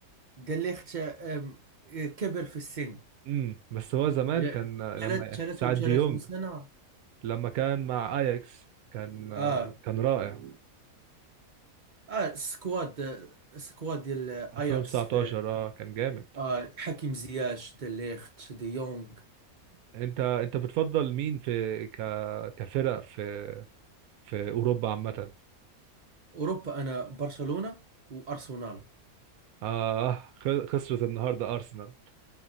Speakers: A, on the right; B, on the right.
A: دليخت أم، كبر في السن
B: امم بس هو زمان
A: ل-
B: كان
A: ثلاث-
B: لما
A: 33
B: ساعة ديونج
A: سنة
B: لما كان مع اياكس كان
A: اه
B: كان رائع
A: اه سكواد آه، سكواد ديال اياكس
B: 2019
A: في
B: اه كان جامد
A: اه حكيم زياش دليخت دي يونغ
B: انت انت بتفضل مين في ك كفرق في في اوروبا عامه
A: اوروبا انا برشلونة وارسنال
B: اه خ- خسرت النهارده ارسنال